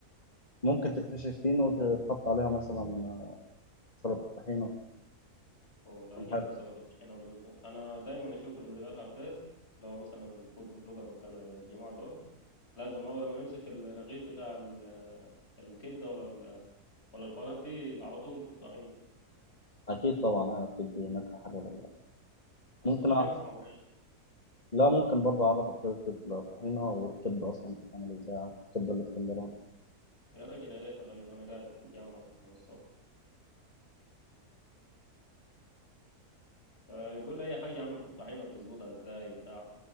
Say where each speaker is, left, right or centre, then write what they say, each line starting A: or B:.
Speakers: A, on the left; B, on the left.
A: ممكن تتحشي فينو وتحط عليها مثلا سلطه طحينه
B: ولا
A: تكون
B: جامدة
A: حلوه
B: سلطة الطحينة بت- انا دايما اشوف الفيديوهات على الفيس اللي هو مثلا الفود بلوجر والكل- والجماعة دول لازم اول ما يمسك الرغيف بتاع ال- الكبدة ولا ال- ولا الحوارات دي على طول في الطحينة
A: اكيد طبعا ايوه بتدي نكهه حلوه لله
B: بس
A: ممكن
B: الطحينة
A: أ...
B: صعبة يا أخي
A: لا ممكن برضه اعرفك طريقه الطحينه والكبده اصلا بتتعمل ازاي الكبده الاسكندراني
B: يا راجل يا ريت يا راجل أنا قاعد جعان أصلا من الصبح فقول لي أي حاجة عم في الطحينة بتظبطها إزاي بتاع